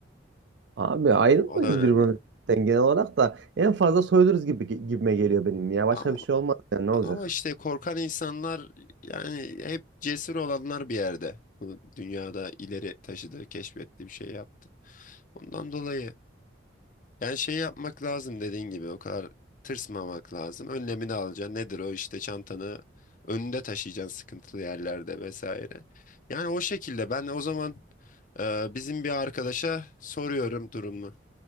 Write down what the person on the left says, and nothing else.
O da önemli.
Ama
Ama işte korkan insanlar yani hep cesur olanlar bir yerde. Bu dünyada ileri taşıdı, keşfetti, bir şey yaptı. Ondan dolayı yani şey yapmak lazım dediğin gibi o kadar tırsmamak lazım. Önlemini alacaksın. Nedir o işte çantanı önünde taşıyacaksın sıkıntılı yerlerde vesaire. Yani o şekilde ben o zaman e, bizim bir arkadaşa soruyorum durumu.